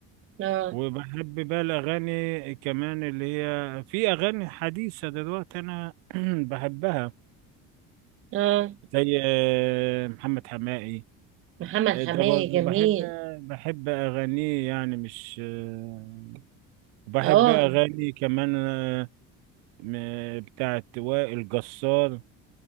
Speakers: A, on the right; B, on the right.
A: آه
B: وبحب بقى الأغاني كمان اللي هي في أغاني حديثة دلوقتي أنا <clears throat> بحبها
A: آه
B: زي آه، محمد حماقي
A: محمد
B: آه،
A: حماية
B: ده برضه
A: جميل
B: بحب بحب أغانيه يعني مش آه، وبحب
A: اه
B: أغاني كمان آه، م- بتاعت وائل جسار